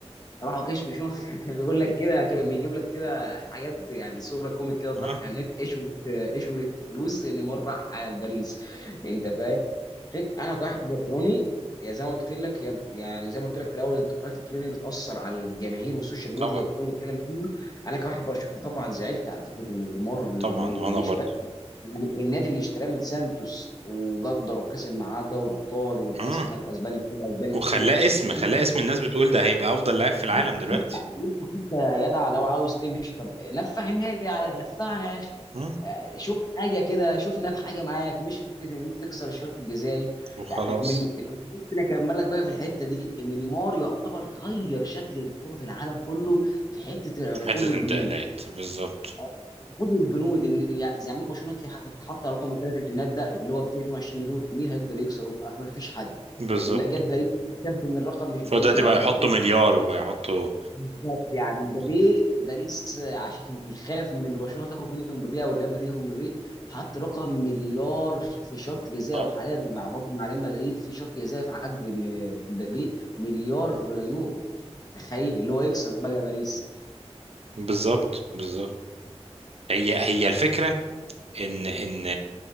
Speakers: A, on the left; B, on the right.
A: أنا راحوا كشفوا شو <laughs> كان بيقول لك كده كان بيجيب لك كده حاجات يعني صوره كوميك كده تضحك
B: اه
A: على النت ايش قلت- ايش قلت فلوس ان مره راح باريس انت فاهم فك- انا كواحد برشلوني يا زي ما قلت لك يا- يعني زي ما قلت لك في الاول الانتقادات الكبيره اللي بتاثر على الجماهير والسوشيال ميديا
B: طبعا
A: والكل بيتكلم عنها انا كواحد برشلوني طبعا زعلت على فكره ان نيمار
B: طبعا
A: انه
B: وانا
A: مش
B: برضه
A: يعني النادي اللي اشتراه من سانتوس وقدر وكسب معاه دوري الابطال وكاس
B: مم.
A: ملك اسبانيا وكاس اسبانيا
B: وخلاه
A: وسوبر
B: اسم
A: إن
B: خلاه
A: انت
B: اسم الناس بتقول ده هيبقى افضل لاعب في
A: بالظبط
B: العالم دلوقتي
A: إن انت إن انت حتى يا جدع لو عاوز تمشي طب نفع النادي على نفعنا يا اخي
B: مم.
A: آه، شوف حاجه كده شوفنا بحاجه معاك مش فكره ان انت تكسر الشرط الجزائي
B: وخلاص
A: يعني من ممكن اكمل لك بقى في الحته دي ان نيمار يعتبر غير شكل الكره في العالم كله في حته العقود
B: حتة
A: والبنود
B: انتقالات بالظبط
A: آه، خد البنود ان يا- زمان برشلونه كان حط حط رقم الثلاث اتنينات ده اللي هو 222 مليون مين هيقدر يكسره؟ آه، ما فيش حد
B: بالظبط
A: لكن لا جت باريس شافت ان الرقم مش بعيد
B: فدلوقتي
A: ده
B: بقى
A: ده
B: يحطوا
A: 200
B: مليار وبقى يحطوا
A: بالظبط يعني
B: ب-
A: مبابي باريس آه، عشان يخاف من ان برشلونه تاخد منه مبابي او ريال مدريد ياخد مبابي حط رقم مليار في شرط جزاء
B: اه
A: وحاليا مع برضه مع ريال مدريد في شرط جزاء في عقد م- مبابي مليار يورو انت متخيل اللي هو يكسر بقى باريس
B: بالظبط بالظبط هي هي الفكرة ان ان